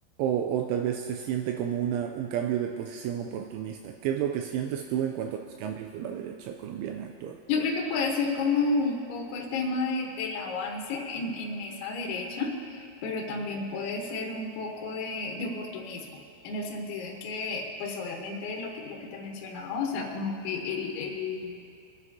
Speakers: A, on the right; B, on the left.
A: O, o tal vez se siente como una, un cambio de posición oportunista. ¿Qué es lo que sientes tú en cuanto a los cambios de la derecha colombiana actual?
B: Yo creo que puede ser como un poco el tema de- del avance en, en esa derecha, pero también puede ser un poco de, de oportunismo, en el sentido en que, pues obviamente lo que, lo que te mencionaba, o sea, como que el,